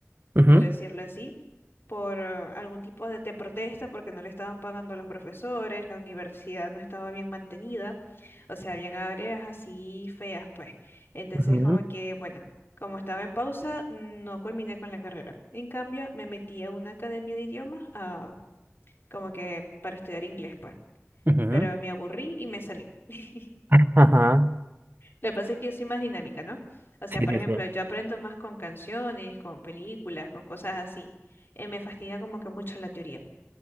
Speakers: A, on the right; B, on the left.
A: ujú,
B: por decirlo así, por eh, algún tipo de, de protesta, porque no le estaban pagando a los profesores, la universidad no estaba bien mantenida, o sea, habían áreas así feas, pues. Entonces,
A: ujú,
B: como que, bueno. Como estaba en pausa, no culminé con la carrera. En cambio, me metí a una academia de idiomas, ah, como que para estudiar inglés, pues.
A: Ujú.
B: Pero me aburrí y me salí. <laughs>
A: Ajá.
B: Lo que pasa es que yo soy más dinámica, ¿no? O sea,
A: Sí,
B: por
A: sí,
B: ejemplo,
A: sí.
B: yo aprendo más con canciones, con películas, con cosas así. Eh, me fastidia como que mucho la teoría,